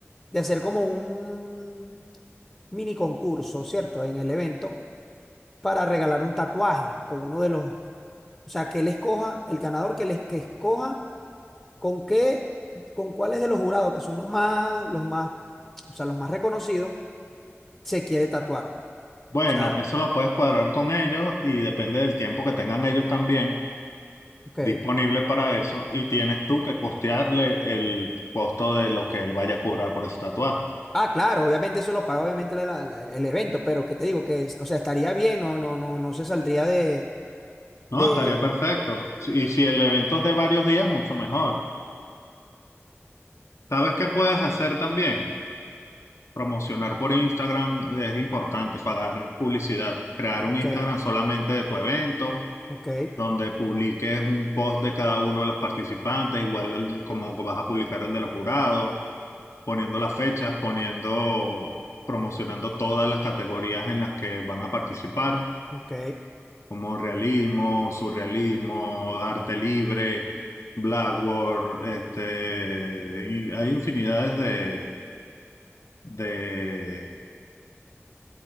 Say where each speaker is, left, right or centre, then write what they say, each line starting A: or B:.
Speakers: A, on the left; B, on the left.
A: de hacer como un mini concurso, ¿cierto? En el evento para regalar un tatuaje con uno de los, o sea, que él escoja, el ganador que, les, que escoja con qué, con cuáles de los jurados, que son los más, los más, o sea, los más reconocidos, se quiere tatuar. O
B: Bueno,
A: sea,
B: eso lo puedes cuadrar con ellos y depende del tiempo que tengan ellos también
A: Ok,
B: disponible para eso y tienes tú que costearle el costo de lo que él vaya a cobrar por ese tatuaje.
A: ah, claro, obviamente eso lo paga obviamente la- la- el, el evento, pero que te digo que, es- o sea, estaría bien, no, no, no, no se saldría de, de,
B: No, estaría perfecto. Si- Y si el evento es de varios días, mucho mejor. ¿Sabes qué puedes hacer también? Promocionar por Instagram es importante, pagar publicidad, crear
A: ok,
B: un Instagram solamente de tu evento,
A: ok,
B: donde publiques un post de cada uno de los participantes, igual el- como vas a publicar el de los jurados, poniendo las fechas, poniendo, promocionando todas las categorías en las que van a participar,
A: ok,
B: como realismo, surrealismo, arte libre, blackboard, este, y hay infinidades de, de